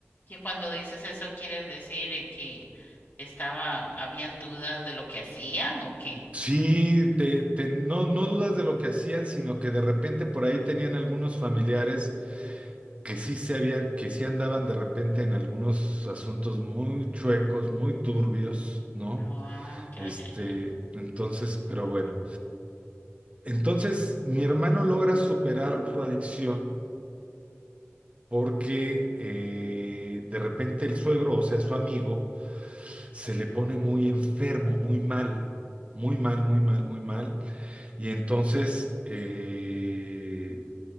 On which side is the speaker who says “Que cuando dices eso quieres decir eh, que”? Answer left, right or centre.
Left